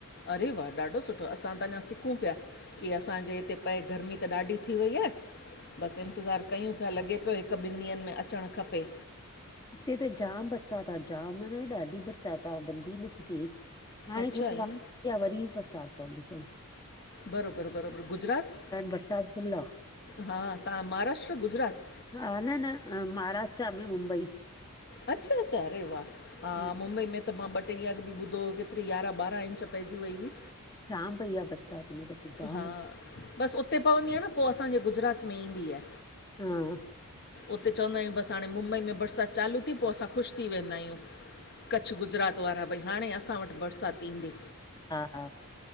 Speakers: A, on the left; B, on the left.
A: अरे वाह, ॾाढो सुठो। असां त अंञा सिक्कुं प्या। कि असांजे हिते पए गर्मी त ॾाढी थी वई आहे। बस इंतज़ारु कयूं पिया, लॻे पियो हिकु ॿिनि ॾींहंनि में अचणु खपे।
B: हिते त जाम बरसात आ जाम, मन ॾाढी बरसात आ, बंद ई नथी थिए। हाणे
A: अच्छा
B: थोङी
A: ईअं
B: वाधारी, वरी बरसात पवंदी फुल।
A: बरोबरु बरोबरु गुजरात
B: बरसात फुल्ल आ।
A: हा तहां महाराष्ट्र, गुजरात?
B: हा न -न, महाराष्ट्र में मुंबई।
A: अच्छा- अच्छा, अरे वाह।
B: हम्म,
A: हा मुंबई में त मां ॿ टे ॾींहं अॻु बि ॿुधो हो, केतिरी यारहं ॿारहं इंच पइजी वई हुई।
B: जाम पइ आ बरसात। हिन दफ़े जाम
A: हा, बसि उते पवंदी आहे न पो असांजे गुजरात में ईंदी आहे।
B: हा।
A: उते चवंदा आहियूं, बसि हाणे मुंबई में बरसाति चालू थी, पो असां ख़ुशि थी वेंदा आहियूं। कच्छ, गुजरात वारा ‌भई हाणे असां वटि बरसाति ईंदी।
B: हा हा